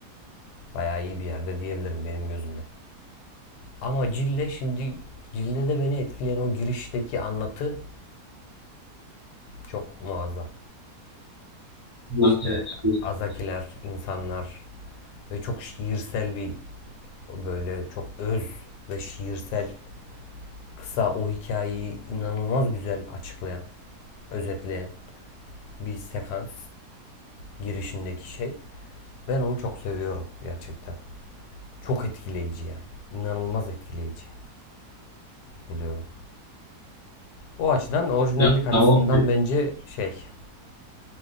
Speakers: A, on the left; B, on the right.
A: bayağı iyi bir yerde diyebilirim benim gözümde. Ama Cille şimdi Cille'de beni etkileyen o girişteki anlatı çok muazzam.
B: Ya,
A: İşte
B: evet. Hı hı.
A: azakiler, insanlar ve çok şiirsel bir böyle çok öz ve şiirsel kısa o hikayeyi inanılmaz güzel açıklayan, özetleyen bir sekans girişindeki şey. Ben onu çok seviyorum gerçekten. Çok etkileyici yani. İnanılmaz etkileyici buluyorum. O açıdan orijinallik
B: Ya,
A: açısından
B: o... Hı
A: bence şey